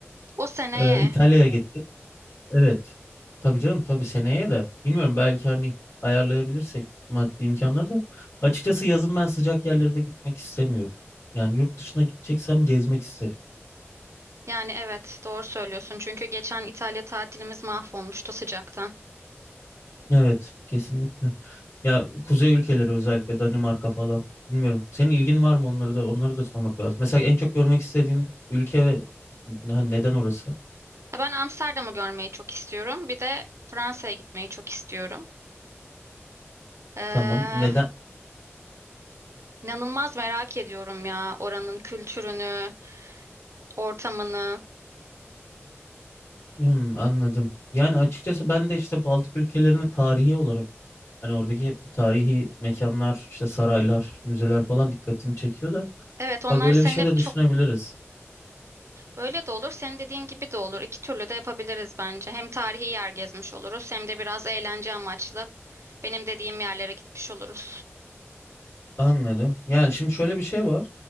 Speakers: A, on the right (about 70°); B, on the left (about 70°).
A: O seneye.
B: Ee, İtalya'ya gittik. Evet. Tabii canım tabii seneye de bilmiyorum belki hani ayarlayabilirsek maddi imkanları da. Açıkçası yazın ben sıcak yerlere de gitmek istemiyorum. Yani yurt dışına gideceksem gezmek isterim.
A: Yani evet, doğru söylüyorsun. Çünkü geçen İtalya tatilimiz mahvolmuştu sıcaktan.
B: Evet kesinlikle. Ya kuzey ülkeleri özellikle Danimarka falan bilmiyorum. Senin ilgin var mı onları da onları da sormak lazım. Mesela en çok görmek istediğin ülke ve hani neden orası?
A: Ya Ben Amsterdam'ı görmeyi çok istiyorum. Bir de Fransa'ya gitmeyi çok istiyorum. Ee,
B: Tamam neden?
A: inanılmaz merak ediyorum ya oranın kültürünü, ortamını.
B: Hmm, anladım. Yani açıkçası ben de işte Baltık ülkelerini tarihi olarak Hani oradaki tarihi mekanlar, işte saraylar, müzeler falan dikkatimi çekiyor da.
A: Evet, onlar
B: Bak öyle
A: senin
B: bir şey
A: hep
B: de düşünebiliriz.
A: çok Öyle de olur, senin dediğin gibi de olur. İki türlü de yapabiliriz bence. Hem tarihi yer gezmiş oluruz, hem de biraz eğlence amaçlı benim dediğim yerlere gitmiş oluruz.
B: Anladım. Yani şimdi şöyle bir şey var.